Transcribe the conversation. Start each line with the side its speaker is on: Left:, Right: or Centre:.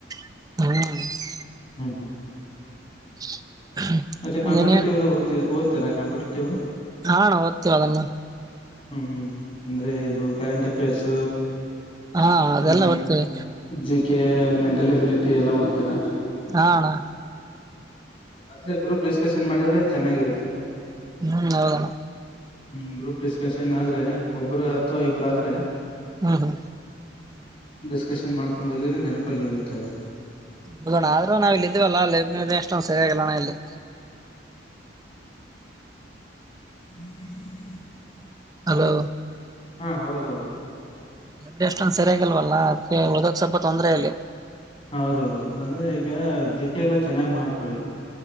Right: ಹ್ಮ
Left: ಹ್ಮ್ ಹ್ಮ್
Right: <inaudible>
Left: ಮತ್ತೆ ಕಂಪಿಟೇಟಿವ್
Right: ಅದೇನೇ
Left: ಎಲ್ಲ ತರ ಕಾಂಪಿಟೇಟಿವ್
Right: ಹಣ ಓದ್ತೀವಿ ಅದಲ್ಲ
Left: ಹ್ಮ್ ಅಂದ್ರೆ ಇವು ಕರೆಂಟ್ ಅಫೇರ್ಸ್
Right: ಹಾ ಅದೆಲ್ಲ
Left: ಮ
Right: ಓದ್ತೀವಿ
Left: ಜಕ್ಕೆ ಮೆಂಟಲ್ ಎಬಿಲಿಟಿ ಎಲ್ಲ ಓದತೀರಾ
Right: ಹಾಣಾ
Left: ಅದ್ರ ಗ್ರೂಪ್ ಡಿಸ್ಕಶನ್ ಮಾಡಿದ್ರೆ ಚೆನ್ನಾಗಿರುತ್ತೆ
Right: ಹ್ಮ ನದಣ
Left: ಹ್ಮ್ ಗ್ರೂಪ್ ಡಿಸ್ಕಷನ್ ಆದ್ರೆ ಒಬ್ಬರು ಅಥವಾ ಇಬ್ರ ಆದ್ರೆ
Right: ಹ್ಮ ಹಾ
Left: ಡಿಸ್ಕಷನ್ ಮಾಡ್ಕೊಂಡು ಹಓದಿದ್ರೆ ನೆನಪಲ್ಲಿ ಉಳತ ಅದು
Right: ಹೌದಣ ಆದ್ರ ನಾವವು ಇಲ್ಲಿ ಇದೀವಲ್ಲ ಅಲ್ಲಿ ಎಷ್ಟೊಂದ ಸರಿಯಾಗಿಲ್ಲಣ ಇಲ್ಲಿ
Left: ಹ್ಮ
Right: ಹಲೋ
Left: ಹಾ ಹೌದೌದು
Right: ಎಬ್ರ ಅಷ್ಟೊಂದ ಸರಿಯಾಗಿಲ್ವಲ್ಲ ಅದಕ್ಕೆ ಓದಕ್ಸವಬ ತೊಂದ್ರೆ ಇಲ್ಲಿ
Left: ಹೌದೌದು ಅಂದ್ರೆ ಈಗ ಜ ಕೆ ಎಲ್ಲ ಚೆನ್ನಾಗಿ್ ಮಾಡ್ಕೊಡಿ